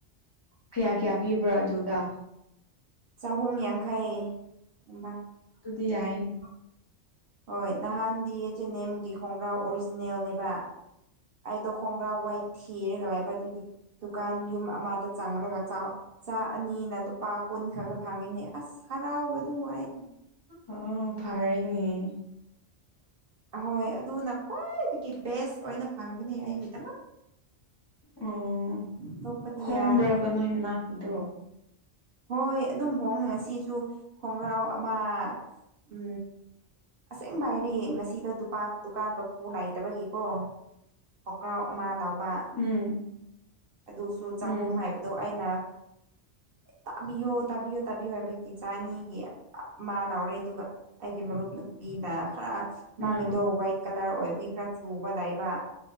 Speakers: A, on the left; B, on the right.
A: ꯀꯌꯥ ꯀꯌꯥ ꯄꯤꯕ꯭ꯔꯣ ꯑꯗꯨꯗ
B: ꯆꯥꯍꯣꯨꯝꯅꯤꯌꯥꯡꯈꯩ ꯍꯝꯕ
A: ꯑꯗꯨꯗꯤ ꯌꯥꯏꯅ
B: ꯍꯣꯏ ꯅꯍꯥꯟꯗꯤ ꯑꯦꯆ ꯑꯦꯟ ꯑꯦꯝꯒꯤ ꯈꯣꯡꯒ꯭ꯔꯥꯎ ꯑꯣꯔꯤꯖꯤꯅꯦꯜꯅꯦꯕ ꯑꯩꯗꯣ ꯈꯣꯡꯒ꯭ꯔꯥ ꯋꯥꯏ ꯊꯤꯔꯒ ꯂꯕ ꯑꯗꯨꯒꯤ ꯗꯨꯀꯥꯟ ꯌꯨꯝ ꯑꯃꯗ ꯆꯪꯂꯒ ꯆꯥꯛ ꯑꯅꯤꯅ ꯂꯨꯄꯥ ꯀꯨꯟ ꯈꯛꯇ ꯐꯪꯉꯤꯅꯦ ꯑꯁ ꯍꯔꯥꯎꯕꯗꯨ ꯑꯩ
A: ꯑꯣ ꯐꯥꯔꯩꯅꯤ
B: ꯑꯍꯣꯏ ꯑꯗꯨꯅ ꯈ꯭ꯋꯥꯏꯗꯒꯤ ꯕꯦꯁ ꯑꯣꯏꯅ ꯐꯪꯕꯅꯦ ꯑꯩꯒꯤꯗꯃꯛꯛꯇ
A: ꯑꯣ
B: ꯑꯇꯣꯞꯄꯗꯤ
A: ꯍꯣꯡꯕ꯭ꯔꯕ
B: ꯌꯥꯗ꯭ꯔꯦ
A: ꯅꯣꯏ ꯃꯅꯥꯛꯀꯤꯗꯣ
B: ꯍꯣꯏ ꯑꯗꯨꯝ ꯍꯣꯡꯉꯦ ꯉꯁꯤꯁꯨ ꯈꯣꯡꯒ꯭ꯔꯥꯎ ꯑꯃ ꯎ ꯑꯁꯦꯡ ꯚꯥꯏꯗꯤ ꯉꯁꯤꯗꯣ ꯗꯨꯥꯟ ꯗꯨꯀꯥꯟ ꯃꯀꯨ ꯂꯩꯇꯕꯒꯤꯀꯣ ꯀꯀ꯭ꯔꯥꯎ ꯑꯃ ꯂꯥꯎꯕ
A: ꯎꯝ
B: ꯑꯗꯨꯁꯨ ꯆꯍꯨꯝ
A: ꯎꯝ
B: ꯍꯥꯏꯕꯗꯣ ꯑꯩꯅ ꯇꯥꯕꯤꯌꯣ ꯇꯥꯕꯤꯌꯣ ꯇꯥꯕꯤꯌꯣ ꯍꯥꯏꯕꯒꯤ ꯆꯅꯤꯒꯤ ꯃꯥ ꯂꯥꯎꯔꯦ ꯑꯗꯨꯒ ꯑꯩꯒꯤ ꯃꯔꯨꯞ ꯅꯨꯄꯤꯅ ꯈꯔ
A: ꯎꯝ
B: ꯃꯥꯒꯤꯗꯣ ꯋꯥꯏꯠ ꯀꯂꯔ ꯑꯣꯏꯕꯒꯤ ꯈꯔ ꯆꯨꯕ ꯂꯩꯕ